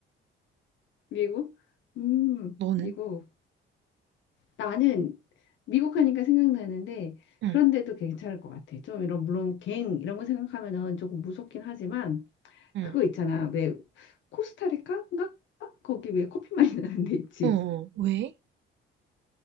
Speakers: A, on the left (about 65°); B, on the right (about 65°).
A: 미국? 음.
B: 너는?
A: 미국. 나는 미국 하니까 생각나는데
B: 응,
A: 그런데도 괜찮을 것 같아. 좀 이런 물론 갱 이런 거 생각하면은 조금 무섭긴 하지만
B: 응.
A: 그거 있잖아. 왜 코스타리카인가? 거기 왜 커피 많이 나는 데 있지?
B: 어, 어, 왜?